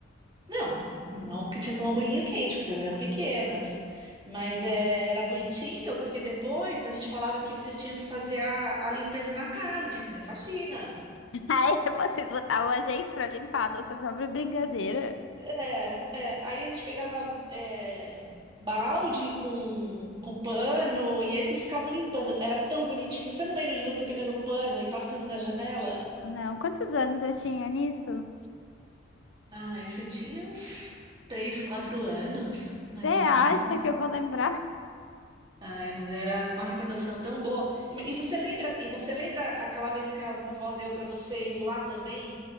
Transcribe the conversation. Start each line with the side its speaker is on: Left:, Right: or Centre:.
Right: Não, não porque tinha que tomar um banho quente, porque vocês eram pequenas. Mas é, era bonitinho, porque depois a gente falava que vocês tinham que fazer a, a limpeza na casa, tinha que fazer faxina.
Left: <laughs> Aí vocês botavam a gente pra limpar a nossa própria brincadeira?
Right: É, é. Aí a gente pegava é, balde com, com pano e aí vocês ficavam limpando. Era tão bonitinho. Você não lembra de você pegando o pano e passando na janela?
Left: Não, quantos anos eu tinha nisso?
Right: Ai, você tinha uns três, quatro anos, mais
Left: Você acha
Right: ou menos.
Left: que eu vou lembrar?
Right: Ai, mas era uma recordação tão boa. E, e você lembra, e você lembra aquela vez que a vovó deu para vocês lá também?